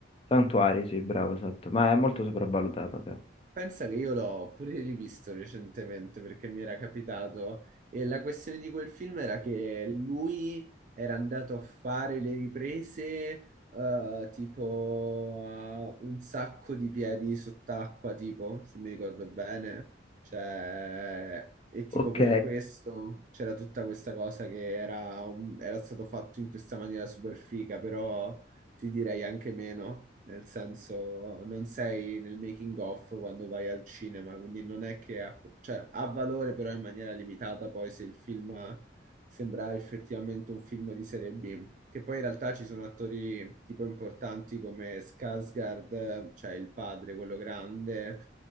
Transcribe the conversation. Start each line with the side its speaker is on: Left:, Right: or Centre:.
Left: Santuari, sì, bravo, esatto, ma è molto sopravvalutato. cavolo.
Right: Pensa che io l'ho pure rivisto recentemente perché mi era capitato e la questione di quel film era che lui era andato a fare le riprese eh, tipo a un sacco di piedi sott'acqua, tipo, se mi ricordo bene. Cioè, e tipo
Left: Ok,
Right: per questo c'era tutta questa cosa che era, un- era stato fatto in questa maniera super figa, però ti direi anche meno, nel senso non sei nel making of quando vai al cinema, quindi non è che ha, cioè, ha valore però in maniera limitata poi se il film sembra effettivamente un film di serie B, che poi in realtà ci sono attori tipo importanti come Skarsgård, cioè il padre, quello grande,